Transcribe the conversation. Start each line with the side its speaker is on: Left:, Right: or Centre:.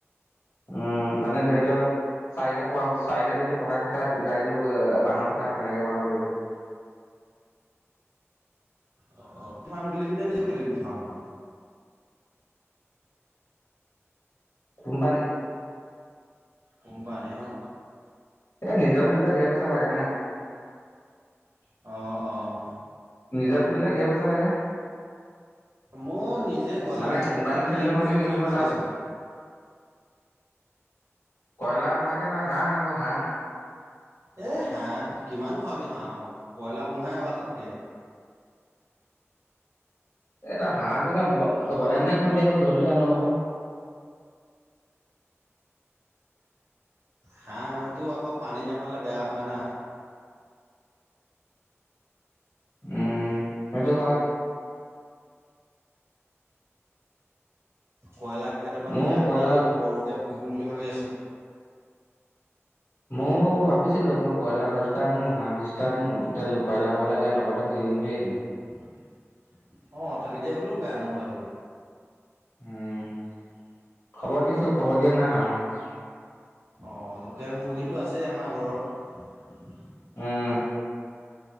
Left: উম, মানে ধৰি লওক, চাৰিটা পকা চাৰিটা দিলো পকা খুটা, দুটা অ - দিলো বাঁহ খুটা তেনেকে বনাব লাগিব।
Right: অ অ ফাৰ্ম খুলিবি নে? নিজে খুলিবি ফাৰ্মখন।
Left: কোম্পানীত।
Right: কোম্পানী ন'?
Left: এ নিজৰ খুলিলে ঢেৰ পইচাঁ লাগে না।
Right: অ, অ
Left: নিজে খুলিলে ঢেই পইচা লাগে।
Right: মও, নিজে কইলা
Left: মানে
Right: কেইটামান
Left: কোম্পানী
Right: আনিহে
Left: খুলিলেও
Right: পুহিম
Left: মানে কি
Right: বুলি
Left: হ'ব
Right: ভাৱিছোঁ।
Left: তাত
Right: <inaudible>
Left: কইলা পোঁহাতকে তই হাঁহ আন ক হাঁহ।
Right: এ হাঁহ, কিমান খোৱাবি হাঁহক। কইলা পোঁহাই ভাল তাতকে।
Left: এ তই, হাঁহকো তই ব--ব্ৰইলা দানাই খোৱাবি আকৌ জল্দি ডাঙৰ হব।
Right: হাঁহটো আকৌ পানী নেপালে বেয়া হ'য় না।
Left: উম--সেইটো হ'য়।
Right: কইলা কেইটামানকে
Left: ময়ো
Right: আনি
Left: কয়লাৰ
Right: সৰুকে পুহিম বুলি ভাৱি আছো।
Left: মও ভাৱিছিলোঁ, মই কইলা দচ্‌টা আনো, হাঁহ বিশটা আনো। টোটেল কইলা-ব্ৰইলা তাইৰ লগতে পুহি হিম বুলি ভাবিছো?
Right: <inaudible> অঁ তেনেকে হ'লেও বেয়া নহ'য়টো।
Left: উম-খাবৰ দিছো। খব দিয়া নাই হাঁহক।
Right: অ', লোকেল মুৰ্গীটো আছেই আমাৰ ঘৰত।
Left: উম